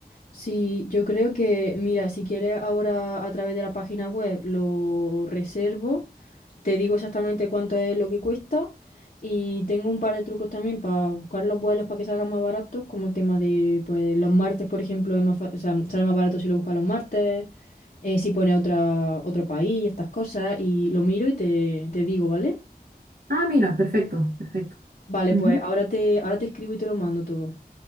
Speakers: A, on the left (about 55°); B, on the right (about 70°).
A: Sí, yo creo que, mira, si quieres ahora a través de la página web lo reservo, te digo exactamente cuánto es lo que cuesta y tengo un par de trucos también para buscar los vuelos para que salgan más baratos, como el tema de, pues, los martes, por ejemplo, es más fa- o sea, sale más barato si lo buscas los martes, eh, si pone otra, otro país, estas cosas, y lo miro y te, te digo, ¿vale?
B: Ah, mira, perfecto, perfecto.
A: Vale,
B: Ujú.
A: pues ahora te, ahora te escribo y te lo mando todo.